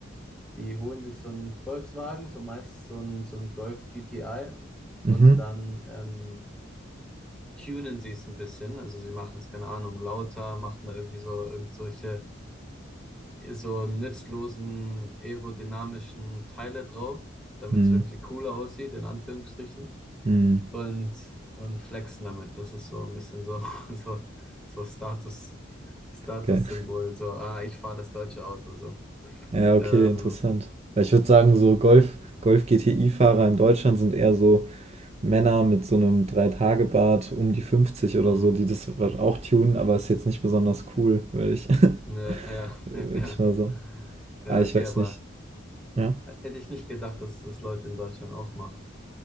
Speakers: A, in the centre; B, on the right.
A: Die holen sich so einen Volkswagen, so meist so einen, so einen Golf GTI
B: Mhm.
A: und dann ähm, tunen sie es ein bisschen. Also sie machen es, keine Ahnung, lauter, machen da irgendwie so irgendwelche so nützlosen aerodynamischen Teile drauf, damit
B: Mhm.
A: es irgendwie cooler aussieht, in Anführungsstrichen.
B: Mhm.
A: Und, und flexen damit. Das ist so ein bisschen so, <laughs> so, so Status, Statussymbol.
B: Geil.
A: So, ah, ich fahre das deutsche Auto. So.
B: Ja, okay,
A: Ähm,
B: interessant. Weil ich würde sagen, so Golf, Golf-GTI-Fahrer in Deutschland sind eher so Männer mit so einem Drei-Tage-Bart um die 50 oder
A: <laughs>
B: so, die das auch tunen, aber ist jetzt nicht besonders cool, würde ich, <laughs>
A: Ja, ja,
B: würde
A: <laughs> ja.
B: ich mal sagen.
A: Ja,
B: Ah, ich
A: okay,
B: weiß
A: aber
B: nicht. Ja.
A: hätte ich nicht gedacht, dass das Leute in Deutschland auch machen.